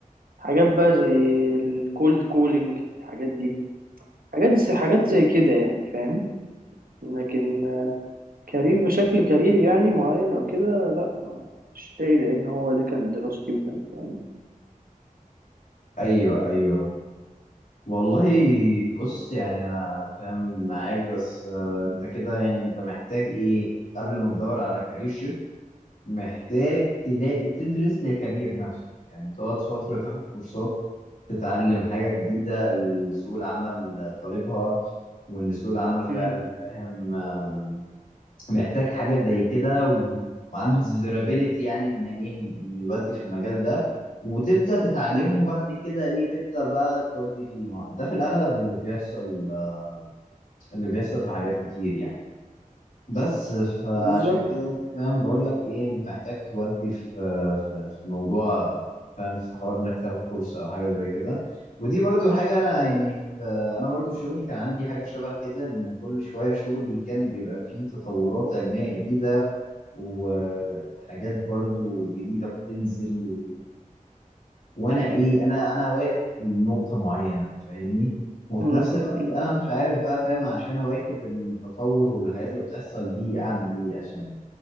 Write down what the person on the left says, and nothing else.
أيوه أيوه والله بص يعني أنا فاهم معاك بس آه، أنت كده يعني أنت محتاج إيه قبل ما تدور على كارير شيفت محتاج تلاقي تدرس لكارير نفسه يعني تقعد فترة تاخد كورسات تتعلم حاجة جديدة سوق العمل طالبها وإن سوق العمل
فعلا فاهم آه، محتاج حاجة زي كده و... وعنده ديزيرابيليتي يعني إن إيه إنه يودي في المجال ده وتبدأ تتعلمه
بعد كده إيه تبدأ بقى تودي فيه ما ده في الأغلب اللي بيحصل آه، اللي بيحصل في حاجات كتير يعني بس فعشان
كده فاهم بقول لك ايه انت محتاج تودي في في, في موضوع فاهم في حوار انك تاخد كورس او حاجه زي كده ودي برضو حاجه انا يعني ف- انا برضو في شغلي كان عندي حاجه شبه كده ان كل شويه شغلي كان بيبقى فيه تطورات علميه جديده وحاجات برضو جديده بتنزل وانا ايه انا انا واقف في نقطه معينه فاهمني وفي
نفس الوقت
انا مش عارف بقى فاهم عشان اواكب التطور والحاجات اللي بتحصل دي اعمل ايه عشان